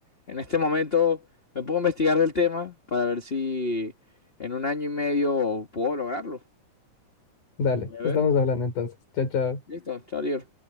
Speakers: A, on the left; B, on the left.
A: en este momento me pongo a investigar del tema para ver si en un año y medio puedo lograrlo.
B: Dale,
A: Voy a
B: estamos
A: ver.
B: hablando entonces. Chao, chao.
A: Listo, chao, Lior.